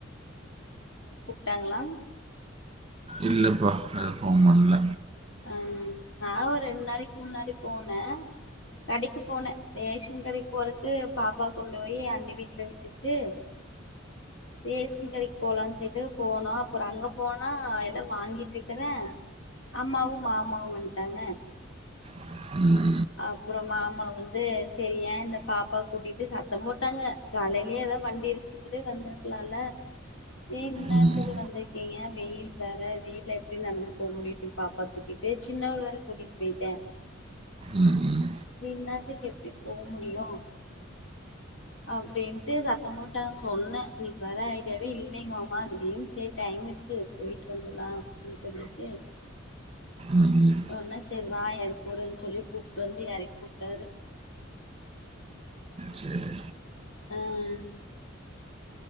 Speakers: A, on the left; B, on the right.
A: விட்டாங்களா
B: இல்லப்பா அது போக முடுல
A: ஆ நான் ஒரு ரெண்டு நாளைக்கு முன்னாடி போனேன் கடைக்கு போனேன் ரேஷன் கடைக்கு போறக்கு பாப்பா கொண்டு போயி அண்ணி வீட்ல விட்டு ட்டு ரேசன்கடைக்கு போலாம் ட்டு போணோம் அப்புறம் அங்க போனா எல்லாம் வாங்கிட்டு இருக்கறேன் அம்மாவும் மாமாவும் வந்துட்டாங்க
B: <unintelligible>
A: அப்புறம் மாமா வந்து சரியேன் இந்த பாப்பா கூட்டிட்டு சத்தம் போட்டாங்க காலையிலயே ஏதோ வண்டி இருக்கும் போதே வந்திருக்கலாமல்ல ஏன் இந்நேரத்துக்கு
B: ம், ம்,
A: வந்த இல்லைங்க வெயில் வேற வெயில்ல எப்படி நடந்து போக முடியும் பாப்பாவ தூக்கிட்டு சின்னவள வேற கூட்டிகிட்டு போயிட்டேன்
B: ம், ம்,
A: நீ இந்நேரத்துக்கு எப்படி போக முடியும் அப்படின்ட்டு சத்தம்போட்டாங் சொன்னேன் இன்னைக்கு வர ஐடியாவே இல்லைங்கமாமா திடீர்னு சேரி டைம் இருக்கு போயிட்டு வந்தரலாம் அப்படின்னு சொல்லிட்டு
B: ம்.
A: சொன்ன சரி வா இறக்கி விட்றேனு சொல்லி கூப்பிட்டு வந்து இறக்கிட்டாரு
B: சேரி
A: ம்